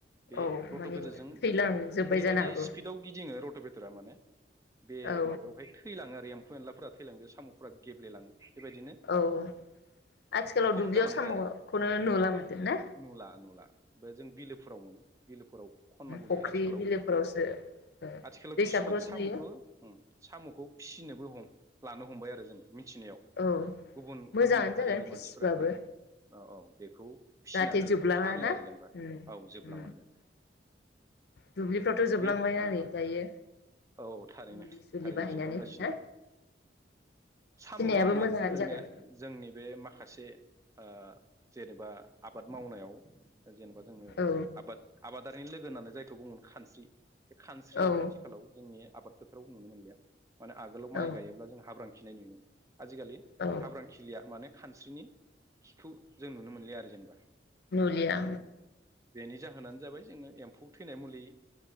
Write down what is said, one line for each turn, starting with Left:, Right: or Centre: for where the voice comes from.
Right: बे
Left: औ
Right: रट'
Left: माने
Right: बेदेरजों
Left: थैलांजोब्बाय
Right: ओरैबायदि
Left: जानो हागौ
Right: स्पिडआव गिदिङो रट' बेर माने बे
Left: औ
Right: माबायावहाय थैलाङो आरो। एम्फ एनलाफोरा थैलां बे साम'फोरा गेब्लेलाङो बेबायदिनो
Left: औ आथिखालाव
Right: खम
Left: दुब्लियाव
Right: जालांबाय
Left: साम'खौनो
Right: आरो
Left: नुलालामादो ना।
Right: नुला नुला बे जों बिलोफोराव मोनो <inaudible> बिलोफोराव खननांगौ
Left: फुख्रि
Right: जायो आथिखालाव
Left: बिलोफोरावसो ओ
Right: आथिखालाव
Left: दैसाफोरावसो
Right: किसुमान साम'खौ
Left: नुयो
Right: साम'खौ फिसिनोबो हम। लानो हमबाय आरो जों। मिथिनायाव
Left: औ
Right: गुबुन
Left: मोजाङानो
Right: गुबुन हारिनि
Left: जागोन फिसिबाबो
Right: मानसिफोरा औ औ। बेखौ फिसिनानै
Left: जाहाथे जोबलाङा
Right: फानो
Left: ना।
Right: आरो जेनेबा औ
Left: उम
Right: जोबलाां
Left: उम
Right: जोन
Left: दुब्लिफ्रावथ'
Right: <inaudible>
Left: जोबलांबायना
Right: बे औ
Left: नै दायो
Right: औ थारैनो
Left: मुलि सुलि
Right: थारैनो
Left: बाहायनानै
Right: जोबलांगासिनो
Left: ना
Right: साम'ल'
Left: फिनायाबो
Right: नङा
Left: मोजाङानो
Right: जोंनिया
Left: जागोन
Right: जोंनि बे माखासे सासे जेनेबा आबाद मावनायाव जेनेबा जोंनो
Left: औ
Right: आबाद आबाद। आदारनि लोगो होननानै जायखौ बुोमोन खानस्रि। बे खानस्रियाबो
Left: औ
Right: आथिखालाव जोंनि आबाद फोथाराव नुनो मोनलिया माने आगोलाव माइ
Left: औ
Right: गायोब्ला जों हाब्रां खिनाय नुयोमोन आजिखालि
Left: औ
Right: हाब्रांखिलिया माने खानस्रिनि खिखौ जों नुनो मोनलिया आरो जेनेबा।
Left: नुलिया।
Right: बेनि जाहोनानो जाबाय जोङो एम्फौ थैनाय मुलि